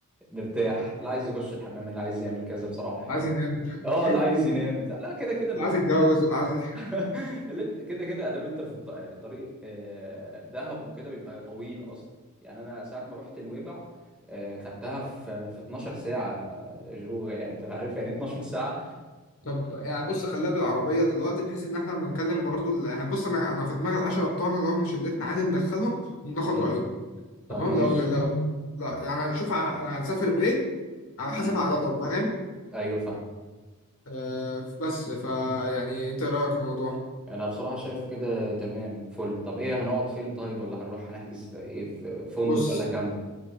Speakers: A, in the centre; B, on the left.
A: نرتاح اللي عايز يخش الحمام اللي عايز يعمل كذا بصراحه
B: اللي
A: يعني
B: عايز ينام
A: اه
B: <laughs>
A: اللي عايز ينام بتاع لا كده كده النوم
B: اللي عايز يتجوز اللي عايز
A: <laughs> اللي انت كده كده ادام انت في الط- الطريق آه، دهب وكده بيبقى طويل اصلا يعني انا ساعه ما رحت نويبع آه، خدتها في في 12 ساعه آه، جو يعني انت عارف يعني ايه 12 ساعه
B: طب يعني بص خليها بالعربيه دلوقتي بحيث ان احنا لما نكلم برضو ال... يعني بص انا انا في دماغي العشره بتوعنا اللي هم شلتنا عادي ندخلهم وناخد
A: مم.
B: رايهم
A: طب
B: تمام
A: ماشي
B: لو لو لا يعني شوف ه- يعني هنسافر بايه على حسب عددهم فاهم
A: ايوه فاهم
B: آه بس فيعني انت إيه رايك في الموضوع
A: انا بصراحه شايفه كده تمام فل طب ايه هنقعد فين طيب ولا هنروح هنحجز ايه في فندق
B: بص
A: ولا كامب